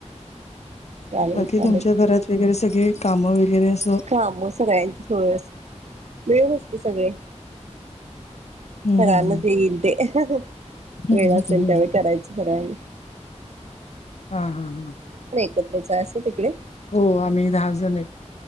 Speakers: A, on the right (about 70°); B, on the left (about 65°).
A: चालेल
B: बाकीी
A: चालेल
B: तुमच्या घरात वगैरे सगळे,, काम वगैरे असऽऽ
A: काम सगळ्यांची होय,,, मिळूनच की सगळ्या चीऽ
B: हम्म
A: सगळ्या
B: हम्म
A: ना जे ईल ते ऽ
B: हम्म
A: वेळ
B: हम्म
A: असेल
B: हम्म हम्म
A: त्यावेळी करायच,,, सर्वांनी ऽ
B: हा, हा, हा
A: एकतच असं तिकडे?
B: हो,, आम्ही दहा जण आहेत.